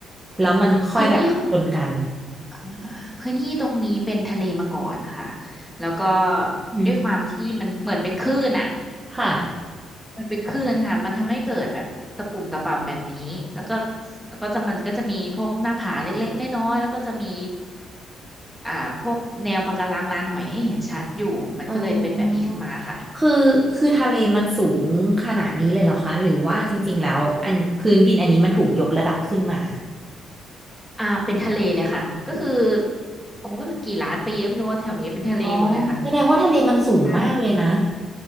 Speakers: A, on the right (about 20°); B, in the centre.
A: แล้วมันค่อยแบบชนกัน
B: พื้นที่ของเอ่อพื้นที่ตรงนี้เป็นทะเลมาก่อนค่ะแล้วก็
A: อืม
B: ด้วยความที่มันเหมือนเป็นคลื่นอ่ะ
A: ค่ะ
B: มันเป็นคลื่นค่ะมันทำให้เกิดแบบตะปุ่มตะป่ำแบบนี้แล้วก็แล้วก็จะมันก็จะมีพวกหน้าผาเล็กๆน้อยๆแล้วก็จะมีอ่าพวกแนวปะการังลานหอยให้เห็นชัดอยู่มันก็เลยเป็นแบบนี้ขึ้นมาค่ะ
A: อ๋อคือคือทะเลมันสูงขนาดนี้เลยเหรอคะหรือว่าจริงๆแล้วอันพื้นดินอันนี้มันถูกยกระดับขึ้นมา
B: อืมอ่าเป็นทะเลเลยค่ะ ก็คือโอ้โหกี่ล้านไปเยอะไม่รู้ว่าแถวนี้เป็นทะเลหมดเลยค่ะ
A: อ๋อแสดงว่าทะเลมันสูงมากเลยนะ
B: ใช่